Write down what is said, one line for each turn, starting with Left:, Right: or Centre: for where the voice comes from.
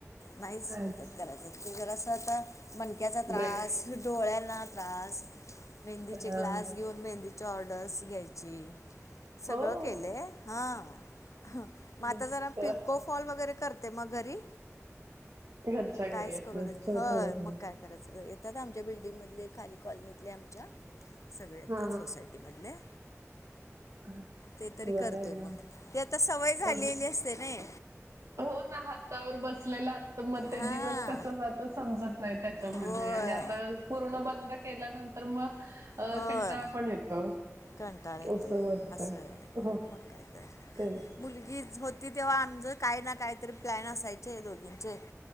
Left: नाहीच
Right: अच्छा
Left: म्हणतात करायच. ते जरास आता मणक्याचा त्रास,
Right: ब्रेक
Left: डोळ्याना त्रास, मेहंदीचे
Right: हा,
Left: क्लास घेऊन, मेहंदीच्या ऑर्डर्स घ्यायची. सगळं
Right: हो
Left: केलय. हा, ह म आता
Right: मस्त
Left: जरा पिको फॉल वगैरे करते मग घरी,
Right: घरच्या
Left: कायच
Right: घरी आपलं
Left: करू देत
Right: थोडं
Left: हय
Right: थोडं
Left: मग काय करायचं, येतं येतात आमच्या बिल्डिंगमधले, खाली कॉलनीतले आमच्या सगळे येतात
Right: हा
Left: सोसायटी आपल्या.
Right: हा
Left: ते तरी
Right: बरं
Left: करतोय
Right: आहे ना
Left: मग, ती आता सवय झालेली
Right: अ
Left: अस ते नाही.
Right: हो ना, हातावर बसलेलं असत, मग ते
Left: हां
Right: दिवस कस जातो समजत नाही त्याच्या म्हणजे
Left: होय
Right: आणि आता पूर्ण बंद केल्यानंतर म,
Left: होय
Right: कंटाळा पण येतो.
Left: कंटाळ येतोय,
Right: असं वाटतंय
Left: असंय
Right: हो
Left: मग कायतर.
Right: तेच
Left: मुलगीच होत ति तेव्हा आमचं काही ना काहीतरी प्लॅन असायचे दोघींचे,